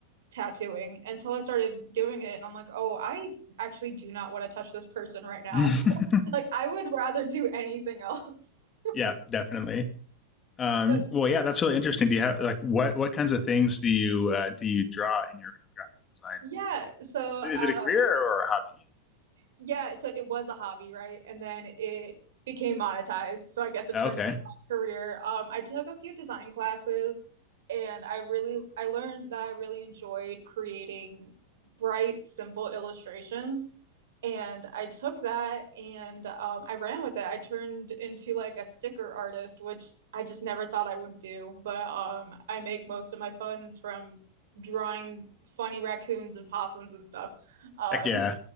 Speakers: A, on the right (about 80°); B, on the left (about 25°).
A: tattooing until I started doing it, and I'm like, oh, I actually do not want to touch this person right now.
B: kind of uh, no.
A: Like I would rather do anything else.
B: <laughs>
A: <laughs>
B: yeah, definitely. Um,
A: So
B: well, yeah, that's really interesting. Do you have like what what kinds of things do you uh, do you draw in your graphic design?
A: yeah, so uh
B: Is it a career or a hobby?
A: yeah, so it was a hobby, right? And then it became monetized. So I guess it
B: Oh,
A: turned
B: Okay,
A: into my career. Um I took a few design classes and I really I learned that I really enjoyed creating bright, simple illustrations. And I took that and um, I ran with it. I turned into like a sticker artist, which I just never thought I would do. But um, I make most of my funds from drawing funny raccoons and possums and stuff. Um,
B: heck yeah,